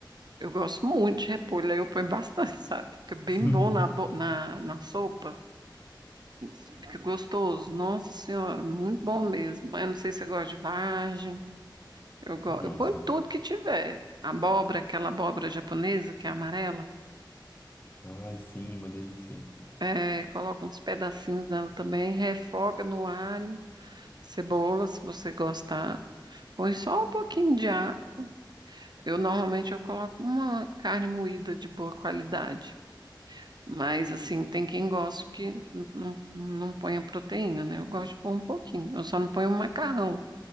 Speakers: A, on the right (about 60°); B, on the left (about 25°).
A: Eu gosto muito de repolho, aí eu ponho bastante, <laughs> sabe? Fica bem
B: <laughs>
A: bom na, bo- na, na sopa, fica gostoso. Nossa Senhora, muito bom mesmo. Mas Eu não sei se você gosta de vagem, eu, go...
B: Gosto.
A: eu ponho tudo que tiver. Abóbora, aquela abóbora japonesa que é amarela.
B: Ai, sim, uma delícia.
A: É, coloca uns pedacinhos dela também, refoga no alho, cebola, se você gostar. Põe só um pouquinho de ar. Eu normalmente eu coloco uma carne moída de boa qualidade. Mas assim, tem quem gosta que n- não, não põe a proteína, né? Eu gosto de pôr um pouquinho. Eu só não ponho o macarrão